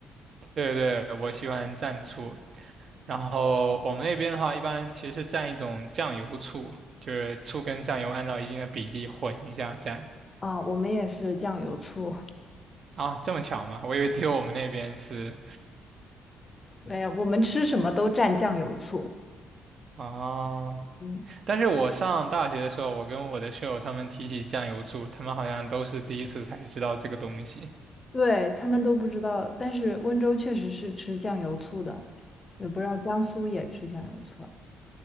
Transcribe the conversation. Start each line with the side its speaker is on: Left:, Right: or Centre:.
Right: 对对，我喜欢蘸醋，然后我们那边的话，一般其实是蘸一种酱油醋，就是醋跟酱油按照一定的比例混一下蘸。
Left: 啊，我们也是酱油醋，
Right: 啊，这么巧吗？我以为只有我们那边是
Left: <laughs> 没有，我们吃什么都蘸酱油醋。
Right: 啊。
Left: 嗯。
Right: 但是我上大学的时候，我跟我的室友他们提起酱油醋，他们好像都是第一次才知道这个东西。
Left: 对，他们都不知道，但是温州确实是吃酱油醋的，也不知道江苏也吃酱油醋啊。